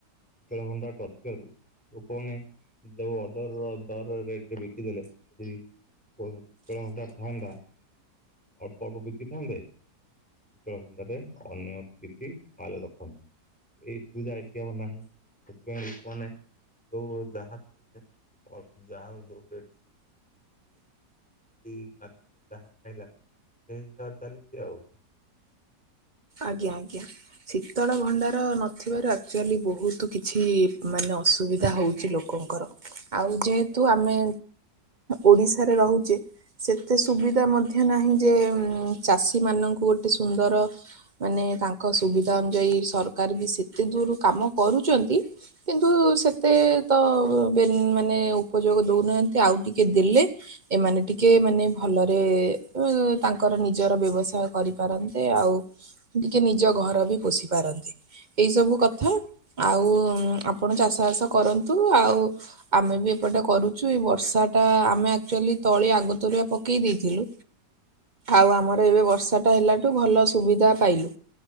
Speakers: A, in the centre; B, on the right.
A: ଶୀତଳ ଭଣ୍ଡାର ନ ଥିବାରୁ ଲୋକମାନେ ଯୋଉ ଅଦର ଦର ରେଟ ରେ ବିକି ଦେଲେ କୋଲଡ ଶୀତଳ ଭଣ୍ଡାର ଥାନ୍ତା ଅଳ୍ପ ଅଳ୍ପ ବିକି ଥାନ୍ତେ ଶୀ ଣ୍ଡାରେ ଅନ୍ୟ କିଛି ମାଲ ରଖନ୍ତେ। ଏଇ ସୁବିଧା ଏଠି ଆମ ନାହିଁ, ସେଥିପାଇଁ ଲୋକମାନେ ଦ ଯହାେ ଅଳ୍ପ ଯାହାର ଯୋଉ ରେଟ। <inaudible> ଯ <inaudible> ଯାହା ଖାଇଲା ସେଇ ହିସାବରେ ଚାଲିଛି ଆଉ।
B: ଆଜ୍ଞା ଆଜ୍ଞା। ଶୀତଳ ଭଣ୍ଡାର ନଥିବାରୁ ଆକ୍ଚୁଆଲି ବହୁତ କିଛି ମାନେ ଅସୁବିଧା ହଉଛି ଲୋକ ଲୋକଙ୍କର ଆଉ ଯେହେତୁ ଆମେ ଓଡ଼ିଶାରେ ରହୁଛେ ସେତେ ସୁବିଧା ମଧ୍ୟ ନାହିଁ ଯେ ଚାଷୀମାନଙ୍କୁ ଗୋଟେ ସୁନ୍ଦର ମାନେ ତାଙ୍କ ସୁବିଧା ଅନୁଯାୟୀ ସରକାର ବି ସେତେ ଦୂର କାମ କରୁଛନ୍ତି। କିନ୍ତୁ ସେତେ ତ ବେନ ମାନେ ଉପଯୋଗ ଦଉ ନାହାଁନ୍ତି ଆଉ ଟିକେ ଦେଲେ ଏମାନେ ଟିକେ ମାନେ ଭଲରେ ତାଙ୍କର ନିଜର ବ୍ୟବସାୟ କରିପାରନ୍ତେ ଆଉ ଟିକେ ନିଜ ଘର ବି ପୋଷି ପାରନ୍ତେ। ଏଇ ସବୁ କଥା ଆଉ ଆପଣ ଚାଷ ବାସ କରନ୍ତୁ ଆଉ ଆମେ ବି ଏପଟେ କରୁଛୁ ଏଇ ବର୍ଷାଟା ଆମେ ଆକ୍ଚୁଆଲି ତଳି ଆଗତରୁଆ ପକେଇ ଦେଇଥିଲୁ। ଆଉ ଆମର ଏବେ ବର୍ଷା ଟା ହେଲାଠୁ ଭଲ ସୁବିଧା ପାଇଲୁ।